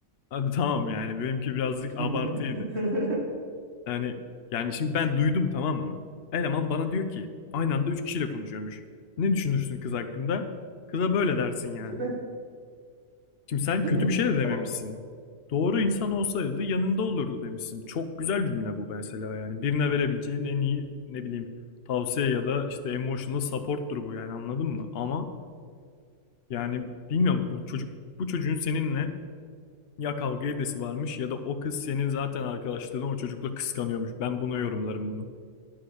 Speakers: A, on the left; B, on the right.
A: Hadi tamam yani benimki birazcık abartıydı.
B: <laughs> Değil
A: Yani yani şimdi ben duydum tamam mı? Eleman bana diyor ki aynı anda üç kişiyle konuşuyormuş. Ne düşünürsün kız hakkında? Kıza böyle dersin yani.
B: mi?
A: Şimdi sen
B: Değil
A: kötü
B: mi?
A: bir şey de dememişsin.
B: Ya bak,
A: Doğru insan olsaydı yanında olurdu demişsin. Çok güzel cümle bu mesela yani. Birine verebileceğin en iyi ne bileyim tavsiye ya da işte emotional support'tur bu yani anladın mı? Ama yani bilmiyorum bu çocuk bu çocuğun seninle ya kavga edesi varmış ya da o kız senin zaten arkadaşlığını o çocukla kıskanıyormuş. Ben buna yorumlarım bunu.